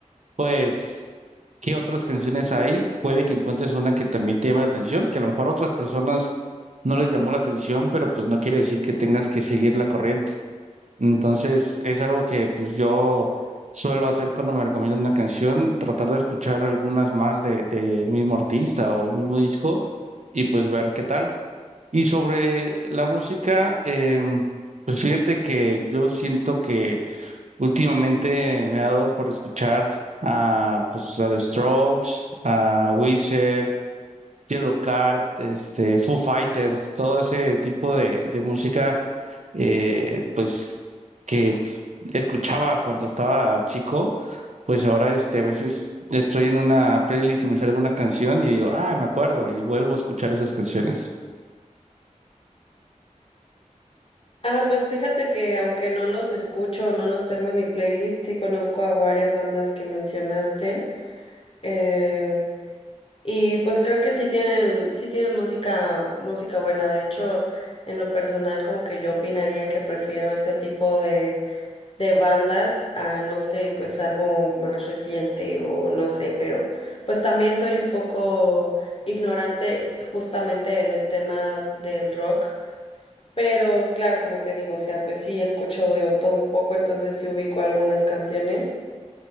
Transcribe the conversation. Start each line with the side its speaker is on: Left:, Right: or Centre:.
Right: pues ¿Qué otras canciones hay? Puede que encuentres una que también te llame la atención, que a lo mejor a otras personas no les llamó la atención, pero pues no quiere decir que tengas que seguir la corriente. Entonces, es algo que pues yo suelo hacer cuando me recomiendan una canción, tratar de escuchar algunas más de, del mismo artista o el mismo disco y pues ver qué tal. Y sobre la música, em, pues fíjate que yo siento que Últimamente me ha dado por escuchar a, pues, a The Strokes, a Weezer, Yellowcard, este, Foo Fighters, todo ese tipo de, de música, eh, pues, que escuchaba cuando estaba chico, pues ahora, este, a veces estoy en una playlist y me sale alguna canción y digo, ah, me acuerdo, y vuelvo a escuchar esas canciones.
Left: Ah, pues fíjate que aunque no los escucho o no los tengo en mi playlist, sí conozco a varias bandas que mencionaste. eh, y pues creo que sí tienen, sí tienen música, música buena. De hecho, en lo personal, como que yo opinaría que prefiero ese tipo de, de bandas a, no sé, pues algo más reciente o no sé, pero pues también soy un poco ignorante justamente en el tema del rock. Pero claro, como te digo, o sea, pues sí escucho de todo un poco, entonces sí ubico algunas canciones.